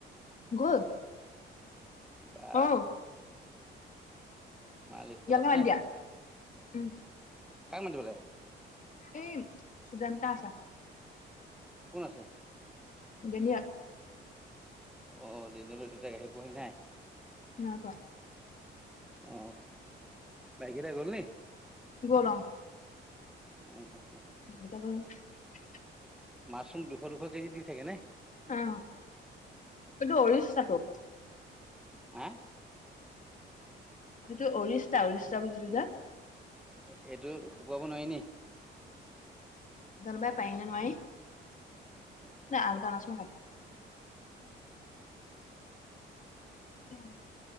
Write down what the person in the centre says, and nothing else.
বাহ
মা লিষ্টত
আছে
কাক মাতিব লাগে
কোন আছে?
অ দিনলৈ দুতাই আহি পোৱহি নাই?
অ ভাইকেইটা গ'ল নি
উম।
মাছৰুম দুশ - দুশ কেজি দি থাকে নে?
আ!
এই এইটো শুকুৱাব নোৱাৰিনে?
অ